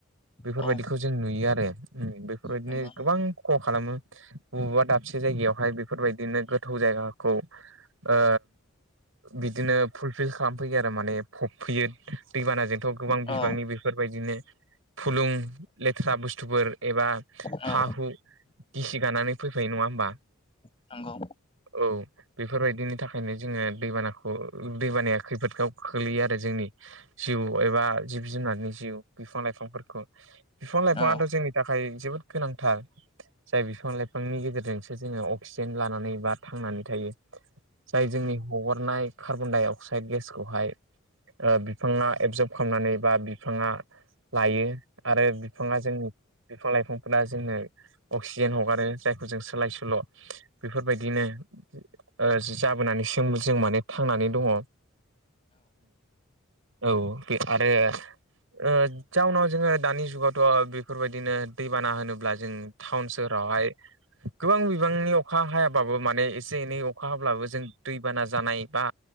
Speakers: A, on the right; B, on the left.
A: बेफोरबायदिखौ
B: औ
A: जों नुयो आरो बेफोरबायदिनो
B: नंगौ
A: गोबां खहा खालामो। बबेबा दाबसे जायगायावहाय बेफोरबायदिनो गोथौ जायगाखौ ओ बिदिनो फुलफिल खालाम ह फैयो आरो माने फबफैयो दैबानाजोंथ' गोबां
B: औ
A: बिबांनि बेफो बे फोरबायदिनो फुलुं लेथ्रा बुस्थुफोर एबा
B: औ
A: हा-हु गिसि गानानै फैफायो नङा होमबा।
B: नंगौ।
A: औ बेफोरबायदिनि थाखायनो जोङो दैबाना औ दैबानाया खैफोदआव खोख्लैयो आरो जोंनि जिउ एबा जिब जुनारनि जिउ बिफां लाइफांफोरखौ। बिफां लाइफाङाथ'
B: औ औ
A: जोंनि थाखाय जोबोद गोनांथार। जाय बिफां लाइफांनि गेजेरजोंसो जोङो अक्सिजेन्ट लानानै बा थांनानै थायो। जाय जोंनि हगारनाय कार्बन दडाइ अक्साइद गेसखौहाय बिफाङा एबजर्ब खालामनानै बा बिफाङा लायो। आरो बिफाङा जोंनि बिफां लाइफांफोरा जोंनो अक्सिजेन हगारो जायखौ जों सोलाय सोल' बेफोरबायदिनो ओ जाबोनानैसो जों माने थांनानै दङ। औ बे आरो ओ जाउनाव जोङो दानि जुगावथ' बेफोरबायदिनो दैबाना होनोब्ला जों टाउन सोहोरावहाय गोबां बिबांनि नि अखा हायाबाबो माने एसे एनै अखा हाब्लाबो जों दैबाना जानाय बा